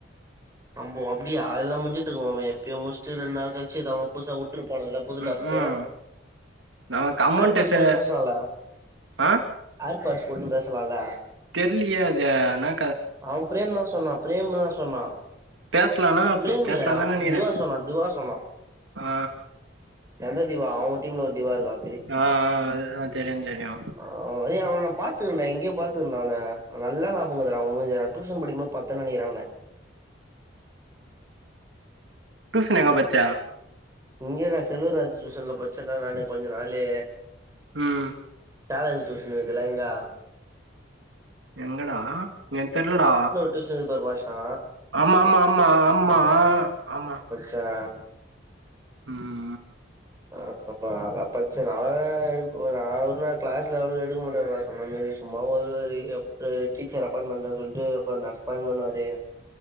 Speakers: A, on the right; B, on the right.
A: நம்போ அப்டியா எல்லாம் முஞ்சிட்டு இருக்குமாமே எப்பயோ முடிச்ட்டு ரெண்டு நாள் கழிச்சி நிதனாம புதுசா வுட்ருப்பானுங்கள புது டாஸ்க
B: ம்ஹூம் நமக்கு அமௌண்ட்
A: ஆர் பாட்ஸ்
B: சே
A: போட்டு பேசலால
B: ஆ
A: ஆர் பாட்ஸ் போட்டு பேசலால
B: தெர்லயே அது என
A: அவெ பிரேம் தா சொன்னா பிரேமு தா சொன்னா
B: பேசலானா
A: பிரேம்
B: பேசலான்தா
A: இல்ல
B: நெனைக்கிறே
A: திவா சொன்னா திவா சொன்னா
B: ஆ
A: எந்த திவா அவுங்க டீம்ல ஒரு திவா இருக்கா
B: ஆ ஆ அது தெரியு தெரியு
A: ஆ எ அவன நா பாத்துருகறன்டா எங்கயோ பாத்துருகறன்டா அவன நல்லா நாபகோ இருக்குதுடா அவெ முஞ்சிய நா டியூஷன் படிக்கும்போது பாத்தேன் நெனைக்கிறே அவன
B: டூசன் எங்க பச்ச
A: இங்கதா செல்வராஜ் டூசன்ல படுச்சன்டா நானு கொஞ்ச நாளு
B: ம்
A: சாலஞ்சு டூசன் இருக்குதுல இங்க
B: எங்கடா எனக்கு தெர்லடா
A: டூசன் பேரு மாச்சா
B: ஆமா ஆமா ஆமா ஆமா ஆமா
A: த
B: ம் ம்
A: ஆ ஆ அப்ப நா பச்சே நா அவ்ளதா நா ஒழுங்கா கிளாஸ் லெவல்லா எடுக்க மாட்டே சொன்ன மாரி சும்மா வருவாரு எப்ப டீச்சர் அப்பாய்ன் பண்றே சொல்ட்டு அப்ப நப்பாய்ண்ட் பண்ணுவாரு